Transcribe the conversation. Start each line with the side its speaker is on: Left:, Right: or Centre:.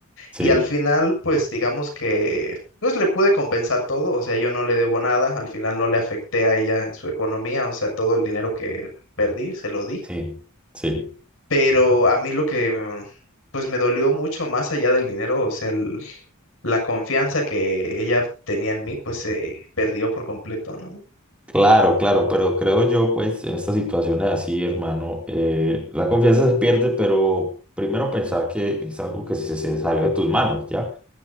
Centre: Sí,
Left: Y al final, pues digamos que pues le pude compensar todo, o sea, yo no le debo nada, al final no le afecté a ella en su economía, o sea, todo el dinero que perdí se lo di,
Centre: sí, sí.
Left: pero a mí lo que mm, pues me dolió mucho más allá del dinero, o sea, el- la confianza que ella tenía en mí, pues se perdió por completo, ¿no?
Centre: Claro, claro, pero creo yo, pues, en estas situaciones así, hermano, eh, la confianza se pierde, pero primero pensar que es algo que se, se salió de tus manos, ¿ya?